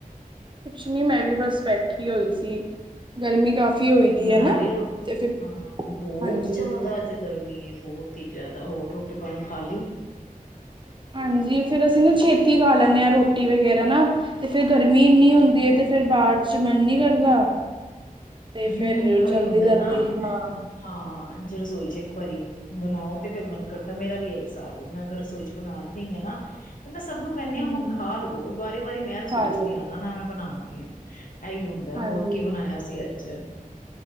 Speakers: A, on the right (about 35°); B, on the left (about 65°).
A: ਕੁਛ ਨੀ ਮੈਂ ਵੀ ਬਸ ਬੈਠੀ ਹੋਈ ਸੀ, ਗਰਮੀ ਕਾਫ਼ੀ। ਹੋਈ ਦੀ
B: ਬਣਾ
A: ਹੈ ਨਾ
B: ਲਈ ਰੋਟੀ
A: ਤੇ ਫਿਰ
B: ਹਾਂ ਬਹੁਤ
A: ਹਾਂਜੀ
B: ਜ਼ਿਆਦਾ। 'ਚ ਗਰਮੀ ਹੈ ਬਹੁਤ ਹੀ ਜ਼ਿਆਦਾ ਹੋਰ ਰੋਟੀ ਪਾਣੀ ਖਾ ਲਈ?
A: ਹਾਂਜੀ ਫੇਰ ਅਸੀਂ ਨਾ ਛੇਤੀ ਖਾ ਲੈਂਦੇ ਹਾਂ ਰੋਟੀ ਵਗੈਰਾ ਨਾ। ਤੇ ਫਿਰ ਗਰਮੀ ਇੰਨੀ ਹੁੰਦੀ ਹੈ ਤੇ ਫਿਰ ਬਾਅਦ ਵਿੱਚ ਮਨ ਨਹੀਂ ਕਰਦਾ। ਤੇ
B: ਹੂੰ,
A: ਫੇਰ
B: ਉਹੀ
A: ਜਲਦੀ-ਜਲਦੀ
B: ਹੁੰਦਾ ਨਾ
A: ਹਾਂ।
B: ਹਾਂ ਜੇ ਰਸੋਈ ਚ ਇੱਕ ਵਾਰੀ ਬਣਾਓ ਤੇ ਫੇਰ ਮਨ ਕਰਦਾ ਮੇਰਾ ਵੀ ਇਹੀ ਹਿਸਾਬ ਮੈਂ ਅਗਰ ਰਸੋਈ। ਚ ਬਣਾਉਣ ਗਈ ਆ ਨਾ। ਤੇ ਮੈਂ ਸਭ ਨੂੰ ਕਹਿੰਦੀ
A: ਹਮ
B: ਹਾਂ ਹੁਣ ਖਾ ਲੋ ਵਾਰੀ-ਵਾਰੀ ਮੈਂ ਰਸੋਈ
A: ਖਾ ਲਓ
B: ਨੀ ਆਉਣਾ ਨਾ ਮੈਂ ਬਣਾਉਣੀ ਏ। ਇਹੀ ਹੁੰਦਾ,
A: ਹਾਂਜੀ
B: ਹੋਰ ਕੀ ਬਣਾਇਆ ਸੀ ਅੱਜ?